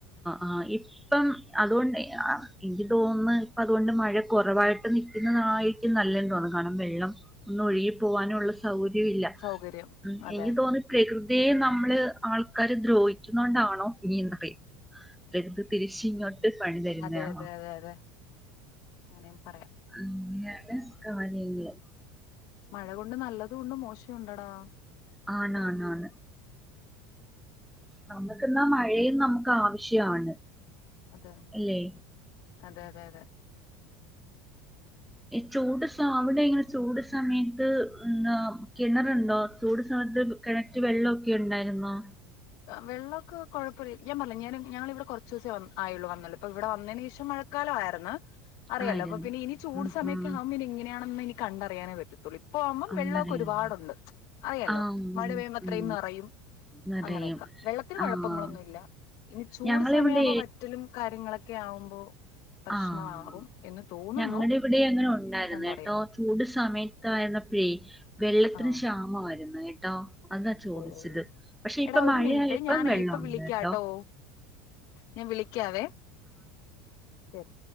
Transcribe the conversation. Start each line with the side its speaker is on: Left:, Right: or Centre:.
Centre: ആ ഇപ്പം അതുകൊണ്ട് എനിക്ക് തോന്നുന്ന് ഇപ്പം അതുകൊണ്ട് മഴ കുറവായിട്ട് നിക്കുന്നതായിരിക്കും നല്ലതെന്ന് തോന്നുന്നു കാരണം വെള്ളം ഒന്ന് ഒഴുകി പോവാനുള്ള സൗകര്യവില്ല
Left: സൗകര്യം അതെ
Centre: എനിക്ക് തോന്നി പ്രകൃ ഇതേ നമ്മള് ആൾക്കാര് ദ്രോഹി ക്കുന്നോണ്ടാണോ ഇനി <unintelligible> <unintelligible> തിരിച്ചിങ്ങോട്ട് പണി തരുന്നയാ
Left: അതെ അതെ അതെ അതെ <unintelligible> പറയാം
Centre: അങ്ങെയാണ് കാര്യങ്ങള്
Left: മഴ കൊണ്ട് നല്ലതൂണ്ട് മോശവും ഉണ്ടടാ
Centre: ആണാണാണ്
Left: പറയാൻ പറ്റത്തില്ല
Centre: നമ്മുക്കിന്നാ മഴയും നമുക്ക് ആവശ്യാണ്
Left: അതെ
Centre: അല്ലേ
Left: അതെ അതെ അതെ
Centre: ചൂട് അവിടെ സ അവിടെ എങ്ങനെ ചൂട് സമയത്ത് ന്താ കിണറ്ണ്ടോ ചൂട് സമയത്ത് കിണറ്റ് വെള്ളമൊക്കെ ഉണ്ടായിരുന്നോ
Left: വെള്ളൊക്കെ കുഴപ്പല്ല ഞാൻ പർഞ്ഞിലേ ഞാന് ഞങ്ങൾ ഇവിടെ കുറച്ചൂസേ വ ആയുള്ളൂ വന്നുള്ളൂ ഇപ്പ ഇവിടെ വന്നേന് ശേഷം മഴക്കാലം ആയിരുന്ന് അറിയാലോ
Centre: ആയിരുന്നു
Left: അപ്പൊ പിന്നെ ഇനി ചൂട്
Centre: ഉം
Left: സമയക്കെ
Centre: ഉം
Left: ആവുമ്പ ഇനിഎങ്ങനെയാണെന്ന് എനി കണ്ടറിയാനേ പറ്റു ഇപ്പ ആവുമ്പം
Centre: അന്നേരം
Left: വെള്ളമൊക്കെ ഒരുപാടുണ്ട് അറിയാലോ
Centre: ആഹ്
Left: മഴ പെയ്യുമ്പോ അത്രേയും
Centre: ഉം
Left: നെറയും
Centre: നിറയും
Left: അങ്ങനെയൊക്കെ വെള്ളത്തിന് കുഴപ്പങ്ങളൊന്നും
Centre: ആഹ്
Left: ഇല്ല ഇനി ചൂട്
Centre: ഞങ്ങളിവിടെ
Left: സമയമാവുമ്പോ വറ്റലും കാര്യങ്ങളൊ ഒക്കെ ആവുമ്പോ പ്രശ്നമാവും
Centre: ആന്
Left: എന്ന് തോന്നുന്നു
Centre: ഞങ്ങടെ ഇവിടെ അങ്ങനെ ഉണ്ടായിരുന്നു
Left: കണ്ടറിയാം
Centre: കേട്ടോ ചൂട് സമയ ത്തായിരുന്നപ്പഴേ വെള്ളത്തിന്
Left: ആഹ്
Centre: ക്ഷാമമായിരുന്നു ന്ന് കേട്ടോ അതാ ചോദിച്ചത്
Left: ഓ ഓ ഓ
Centre: പക്ഷെ ഇപ്പ
Left: എടാ ഒരു
Centre: മഴയാ
Left: മിനിറ്റ്
Centre: യപ്പം
Left: ഞാനേ
Centre: വെള്ളം
Left: ഇപ്പൊ
Centre: ഒണ്ട്
Left: വിളിക്കാട്ടോ
Centre: ട്ടോ
Left: ഞാൻ വിളി ക്കാവേ ശരി